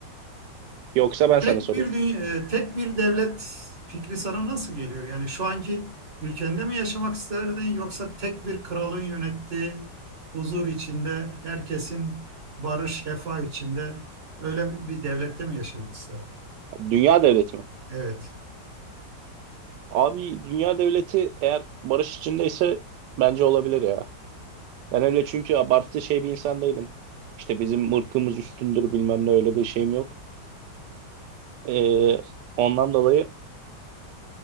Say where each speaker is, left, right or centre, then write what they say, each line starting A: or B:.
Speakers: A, on the right; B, on the right.
A: Yoksa ben
B: Tek
A: sana sorayım.
B: bir dünya, e, tek bir devlet fikri sana nasıl geliyor? Yani şu anki ülkende mi yaşamak isterdin yoksa tek bir kralın yönettiği huzur içinde herkesin barış, refah içinde öyle bir devlette mi yaşamak isterdin?
A: Dünya devleti mi?
B: Evet.
A: Abi dünya devleti eğer barış içindeyse bence olabilir ya. Ben öyle çünkü abartı şey bir insan değilim. İşte bizim ırkımız üstündür bilmem ne öyle bir şeyim yok. Ee, ondan dolayı